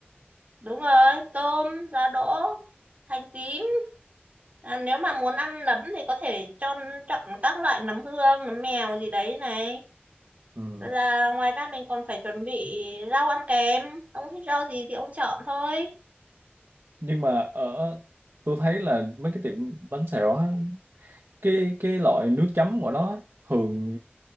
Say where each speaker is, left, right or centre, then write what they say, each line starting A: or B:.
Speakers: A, on the right; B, on the right.
A: đúng rồi, tôm, giá đỗ, hành tím. À, nếu mà muốn ăn nấm thì có thể cho chọn các loại nấm hương, nấm mèo gì đấy này.
B: ừ.
A: Rồi là ngoài ra mình còn phải chuẩn bị rau ăn kèm, ông thích rau gì thì ông chọn thôi.
B: nhưng mà ở tôi thấy là mấy cái tiệm bánh xèo á cái cái loại nước chấm của nó á, thường